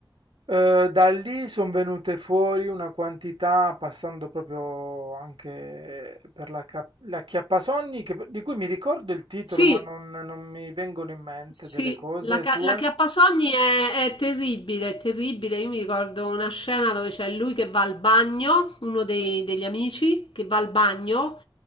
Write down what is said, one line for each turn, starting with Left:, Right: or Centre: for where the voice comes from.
Right: eh, da lì sono venute fuori una quantità, passando proprio anche per la, cap- la Chiappasogni, che- di cui mi ricordo il titolo,
Left: Sì.
Right: ma non, non mi vengono in mente
Left: Sì,
Right: delle cose
Left: la, ca-
Right: sue.
Left: la acchiappasogni è, è terribile, è terribile. Io mi ricordo una scena dove c'è lui che va al bagno, uno dei- degli amici che va al bagno